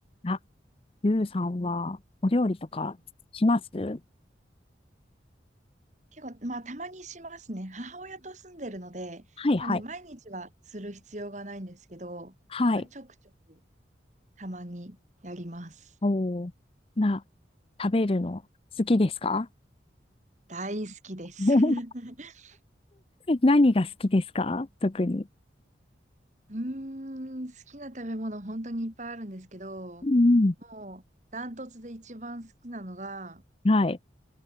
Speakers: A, on the left; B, on the right.
A: あ、ゆうさんはお料理とかします
B: 結構、まあ、たまにしますね。母親と住んでるので、
A: はいはい。
B: なんで、毎日はする必要がないんですけど、
A: はい。
B: まあ、ちょくちょく、たまにやります。
A: おーな、食べるの好きですか
B: 大好きです。
A: <laughs>
B: <laughs>
A: 何が好きですか特に。
B: うーん、好きな食べ物、本当にいっぱいあるんですけど、
A: うん
B: もう、ダントツで一番好きなのが、
A: うんはい。